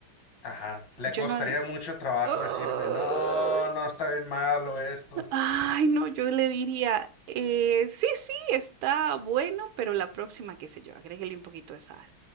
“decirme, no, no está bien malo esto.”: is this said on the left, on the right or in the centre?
Left